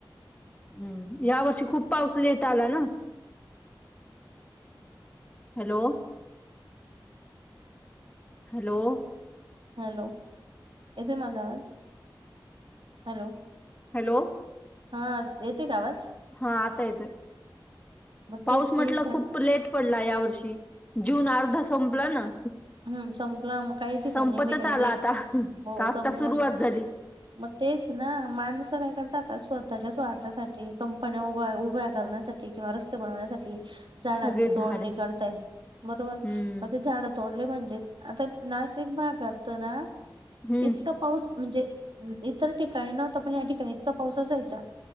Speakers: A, on the left; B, on the right.
A: हं या वर्षी खूप पाऊस लेट आला ना हॅलो हॅलो
B: हॅलो येतोय माझा आवाज? हॅलो
A: हॅलो
B: हा येतोय कावात
A: हा आता येतय
B: मग
A: पाऊस
B: तेच
A: म्हटलं
B: की झा
A: खूप लेट पडला यावर जून अर्धा संपला ना
B: हं संपला काही म ठिकाणी
A: संपतच
B: मी म्हणजे
A: आला आता.
B: हो
A: तर आत्ता
B: संपलाच
A: सुरुवात झाली.
B: मग तेच ना माणसं काय करतात आ स्वतःच्या स्वार्थासाठी कंपन्या उभ उभ्या करण्यासाठी किंवा रस्ते बनवण्यासाठी झाडांची
A: सगळे झाडे
B: तोडणी करतय बरोबर
A: हं,
B: म्हजे झाड म्हणजे आता नाश एक भाग ना
A: हं.
B: इतका पाऊस म्हणजे इतर ठिकाणी नव्हत पण या ठिकाणी इतका पाऊस असायचा